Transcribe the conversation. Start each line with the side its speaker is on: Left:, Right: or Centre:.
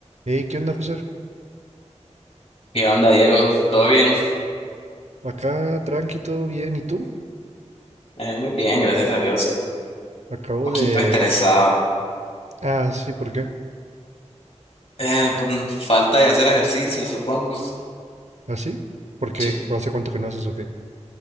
Right: Hey, ¿qué onda, José?
Left: ¿Qué onda, Diego? ¿Todo bien?
Right: Acá tranqui, todo bien. ¿Y tú?
Left: Eh, muy bien, gracias a Dios.
Right: Acabo
Left: Un poquito
Right: de...
Left: estresado.
Right: Ah, sí, ¿por qué?
Left: Eh, por falta de hacer ejercicio, supongo.
Right: ¿Ah, sí? ¿Por qué?
Left: Sí.
Right: ¿Hace cuánto que no haces o qué?